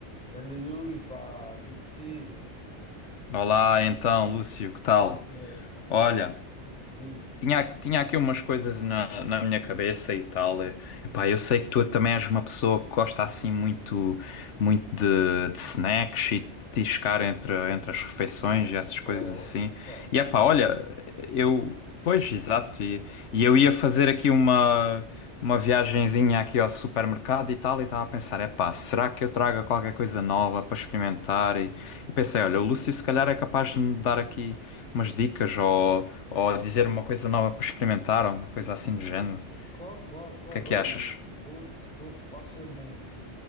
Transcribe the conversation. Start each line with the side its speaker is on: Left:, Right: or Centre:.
Centre: Ganda Yuri, pá, o que é que precisas?
Left: Olá, então, Lúcio, que tal?
Centre: Como é que é? Como é que
Left: Olha,
Centre: é? Diz-me.
Left: tinha, tinha aqui umas coisas na, na minha cabeça e tal. E, epá, eu sei que tu também és uma pessoa que gosta assim muito, muito de, de snacks e de tiscar entre, entre as refeições e essas coisas
Centre: Oh,
Left: assim.
Centre: tá, já
Left: E epá,
Centre: sabes.
Left: olha, eu. Pois, exato. E, e eu ia fazer aqui uma, uma viagenzinha aqui ao supermercado e tal. E estava a pensar: epá, será que eu traga qualquer coisa nova para experimentar? E, e pensei: olha,
Centre: Oh,
Left: o Lúcio se calhar é capaz de me dar aqui umas dicas ou, ou dizer uma coisa nova para experimentar ou uma coisa assim do género.
Centre: Claro, claro, claro.
Left: O que é que
Centre: Olha,
Left: achas?
Centre: Yuri, dou-te, dou-te facilmente.